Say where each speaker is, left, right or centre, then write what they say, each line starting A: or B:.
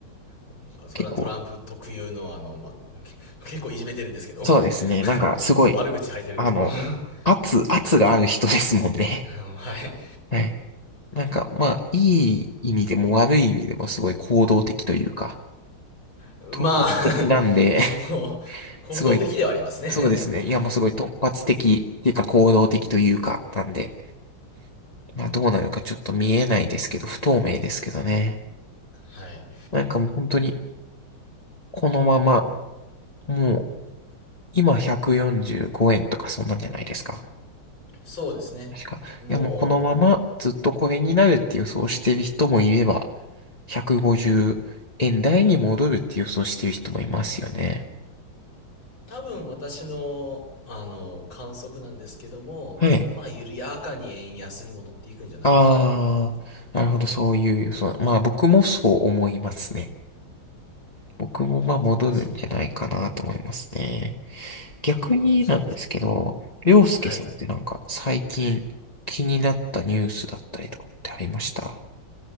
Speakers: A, on the left; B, on the left.
A: まあトラトランプ特有のあの、
B: 結構、
A: まあ、結構いじめてるんですけど、
B: そうですね。なんかすごい。
A: <laughs> 悪口吐いてるんですけど、
B: あの、
A: <laughs>
B: 圧、圧がある人ですもんね。
A: あのはい。
B: <laughs> はい。なんか、まあ、いい意味でも悪い意味でもすごい行動的というか、
A: まあ、
B: 突発的なんで、
A: <laughs> そう、
B: <laughs>
A: 行動的ではありますね。
B: すごい、そうですね。
A: <laughs>
B: いや、もうすごい突発的っていうか行動的というか、なんで、まあどうなるかちょっと見えないですけど、不透明ですけどね。
A: はい。
B: なんかもう本当に、このまま、もう、今145円とかそんなんじゃないですか。
A: そうですね。
B: 確か。
A: もう、
B: いや、もうこのままずっとこれになるって予想してる人もいれば、150円台に戻るって予想してる人もいますよね。
A: 多分私の、あの、観測なんですけども、
B: はい。
A: まあ、緩やかに円安に戻っていくんじゃないでしょうかね。
B: ああ、なるほど、
A: はい。
B: そういう予想。まあ僕もそう思いますね。僕もまあ戻るんじゃないかなと思いますね。
A: そうですね。
B: 逆になんですけど、
A: あの、そうですね。
B: りょうすけさんってなんか最近気になったニュースだったりとかってありました
A: はい。